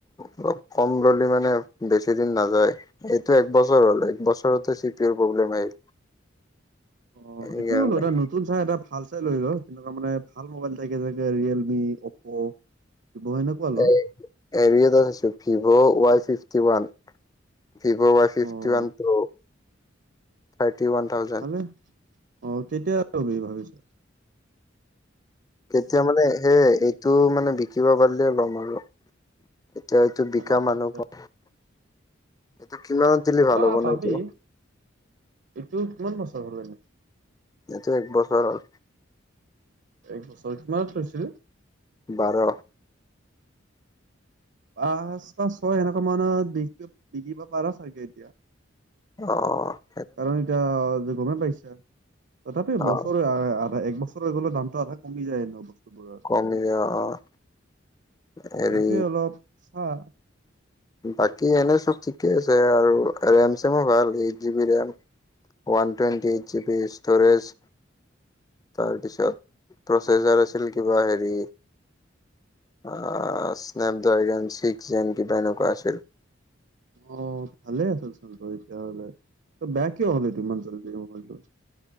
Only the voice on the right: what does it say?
অ',
সেইটো হ'ল এটা নতুন চাই এটা ভাল চাই লৈ ল' তেনেকুৱা মানে ভাল মোবাইল থাকে যেনেকে ৰিয়েলমি, অ'প্পো। <unintelligible> সেনেকুৱা ল'।
অ',
ভালে। অ' কেতিয়া ল'বি ভাবিছোঁ।
অ', আচ্ছা
হা
পাবি
এইটো কিমান বছৰ হ'ল এনেই।
এক বছৰ, কিমান লৈছিলে?
পাঁচ বা ছয় এনেকুৱা মানত বিক বিকিব পাৰোঁ চাগে এতিয়া।
কাৰণ এতিয়া অ' গমে পাইছা, তথাপি
বছৰে আধা এক বছ <unintelligible> দামটো আধা কমি যায়। বস্তুবোৰৰ
এইটোৱে <unintelligible>
অ' ভালে আছিল চোন তোৰ এতিয়াহ'লে, তোৰ বেয়া কিয় হ'ল এইটো ইমান জল্দি মোবাইলটো।